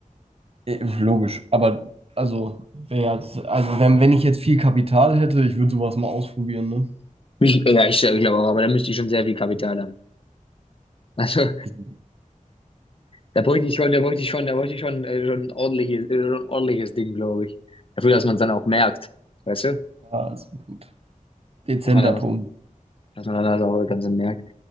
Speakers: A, on the right; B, on the left.
A: eh, logisch. Aber also, wär ja, also wenn, wenn ich jetzt viel Kapital hätte, ich würde sowas mal ausprobieren, ne?
B: Ich, ja, ich, ich glaube auch, aber da müsste ich schon sehr viel Kapital haben. Also,
A: Ist,
B: Da bräuchte ich schon, da bräuchte ich schon, da bräuchte ich schon, äh, schon ein ordentliches, äh, schon ein ordentliches Ding, glaube ich. Dafür, dass man es dann auch merkt. Weißt du?
A: ja, ist ein Punkt. Dezenter
B: Dass man dann,
A: Punkt.
B: auch- dass man dann das auch ganz merkt.